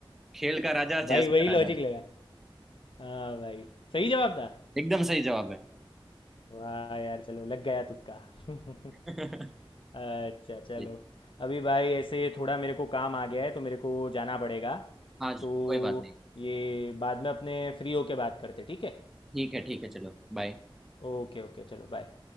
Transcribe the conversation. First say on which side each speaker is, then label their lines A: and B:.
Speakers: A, in the centre; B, on the left (about 65°).
A: खेल का राजा चेस
B: भाई वही
A: का
B: लॉजिक
A: राजा
B: लगा हाँ भाई सही जवाब था
A: एकदम सही जवाब है
B: वाह यार चलो लग गया तुक्का <laughs>
A: <laughs>
B: अच्छा चलो
A: जी।
B: अभी भाई ऐसे थोड़ा मेरे को काम आ गया है तो मेरे को जाना पड़ेगा
A: हाँ जी,
B: तो
A: कोई बात नहीं
B: ये बाद में अपने फ्री होके बात करते ठीक है
A: ठीक है ठीक है चलो बाय
B: ओके ओके चलो बाय